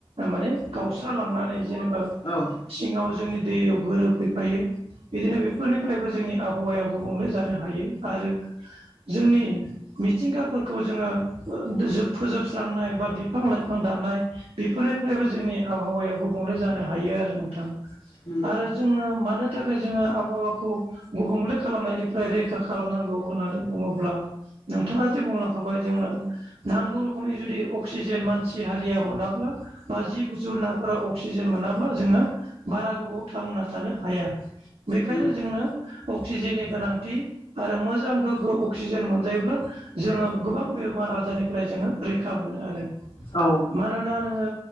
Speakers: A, on the right; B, on the left.
A: माने गावस्रालांनानै जेनेबा
B: औ
A: सिङाव जोंनि दैयाव गोरोफैफायो बिदिनो बेफोरनिफ्रायबो जोंनि आबहावाया गुबुंले जानो हायो आरो जोंनि मिथिंगाफोरखौ जोङो फोजोबस्रांनाय बा बिफां लाइफां दानाय बेफोरनिफ्रायबो जोंनि आबहावाया गुबुंले जानो हायो आरो नोंथां
B: नंगौ
A: आरो जोङो मानो नि थाखाय जोङो आबहावाखौ गुबुंले खालामनायनिफ्राय रैखा खालामनांगौ होननानै बुङोब्ला नोंथाङा जे बुंलांखाबाय जोंनो नांगौ रोखोमनि जुदि अक्सिजेन मानसि सि हारिया मोनाब्ला बा जि गुजु नाफोरा अक्सिजेन मोनाब्ला जोङो बारा गोबाव थांना थानो हाया बेखायनो
B: नंगौ
A: जोंनो अक्सिजेननि गोनांथि आरो मोजां गोग्गो अक्सिजेन मोनजायोब्ला जोङो गोबां बेमार आजारनिफ्राय जोङो रैखा मोनो आरो
B: औ
A: मानोना नोङो